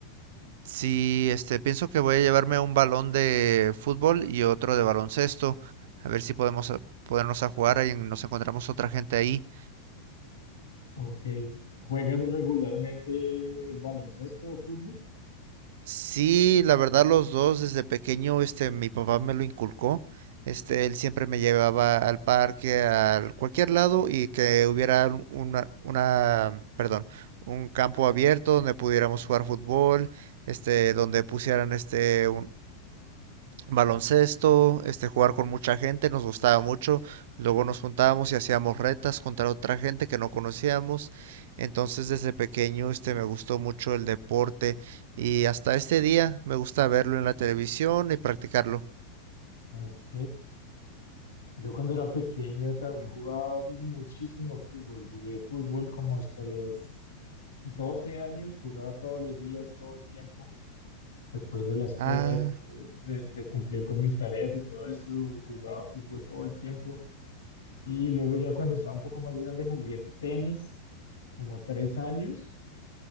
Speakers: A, on the right; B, on the left.
A: Sí, este, pienso que voy a llevarme un balón de fútbol y otro de baloncesto. A ver si podemos a- ponernos a jugar ahí, nos encontramos otra gente ahí.
B: Ok, ¿juegas regularmente baloncesto o fútbol?
A: Sí, la verdad los dos desde pequeño, este, mi papá me lo inculcó. Este, él siempre me llevaba al parque, a cualquier lado y que hubiera un- una, una, perdón, un campo abierto donde pudiéramos jugar fútbol, este, donde pusieran este, un- baloncesto, este, jugar con mucha gente, nos gustaba mucho. Luego nos juntábamos y hacíamos retas contra otra gente que no conocíamos. Entonces desde pequeño este me gustó mucho el deporte y hasta este día me gusta verlo en la televisión y practicarlo.
B: Ok, yo cuando era pequeño también jugaba muchísimo fútbol. Jugué fútbol como hasta los 12 años, jugaba todos los días, todo el tiempo. Después de la escuela,
A: Ah,
B: después de, de de cumplir con mis tareas y todo eso, jugaba fútbol todo el tiempo. Y luego ya cuando estaba un poco más grande jugué tenis como tres años,